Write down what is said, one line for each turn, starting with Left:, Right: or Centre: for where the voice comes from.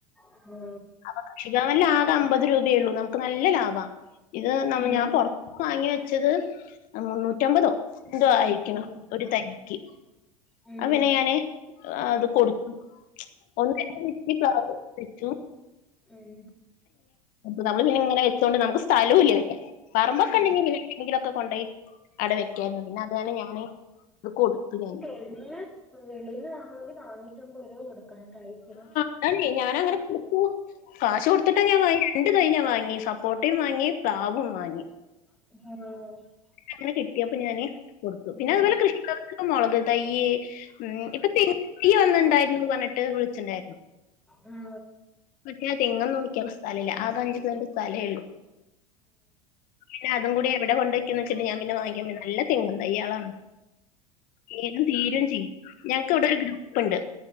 Centre: ആഹ്
Left: <unintelligible> അമ്പത് രൂപയള്ളൂ നമുക്ക് നല്ല ലാഭാ ഇത് ന
Centre: ഉം
Left: ഞാൻ പൊറ വാങ്ങി വെച്ചത് മുന്നൂറ്റമ്പതോ എന്തോ ആയിക്കണോ
Centre: ഉം
Left: ഒരു തൈയ്ക്ക്
Centre: ഉം ഉം
Left: അ പിന ഞാണ്.. അത് കൊടുത്തു <unintelligible> പ്ലാവ് വച്ചു
Centre: ഉം
Left: നമ്മള് പിന്നെങ്ങനെ വെച്ചോണ്ട് നമുക്ക് സ്ഥലവും ഇല്ല വെക്കാൻ പറമ്പൊക്കെണ്ടെങ്കി
Centre: ഉം
Left: പിന്നെ വിടെങ്കിലൊക്കെ കൊണ്ടോയി അവിടെവെക്കായിരുന്നു പിന്നെ അത് കാരണം ഞാന് ഇകൊടുത്തു ഞാൻ
Centre: പിന്നെ വെളിയിൽ ആ ണെങ്ക നാന്നൂറ്റി അമ്പത് രൂപ കൊടുക്കണം കഴിക്ക ഭക്ഷ
Left: <unintelligible> ഞാൻ അങ്ങനെ കൊടുത്തു കാശ് കൊടുത്തിട്ടാ ഞാൻ വാങ്ങി രണ്ട്തയ്യ് വാങ്ങി സപ്പോട്ടയും വാങ്ങി പ്ലാവും വാങ്ങി
Centre: <unintelligible>
Left: അങ്ങനെ കിട്ടായാ പ്പോഞാൻ കൊടുത്തു
Centre: ഉം
Left: പിന്നെ അതുപോലെ കൃഷിക്കർക്ക് മുളക് തൈയ്യ് ഉം ഇപ്പൊ.. ഈ വന്ന്ണ്ടായിരുന്നു പർഞ്ഞിട്ട് വിള്ച്ച്ണ്ടായിരുന്നു.
Centre: ഉം
Left: കിട്ട്യ തെങ്ങന്നും വിക്കാള്ള സ്ഥലല്ല ആക അഞ്ച് സെൻ്റ് സ്ഥലേള്ളു. പിന്നെ അത് കൂടി എവിടെ കൊണ്ടയ്ക്ക ന്ന്ച്ച്ട്ട് ഞാ പിന്നെ വാങ്ങിക്കാ ബന്ന് നല്ല തെങ്ങും തയ്യളാണ്. വേഗം തീരും ചെയ്യും ഞങ്ങക്ക് ഇവടെ ഒരു ഗ്രൂപ്പ്ണ്ട്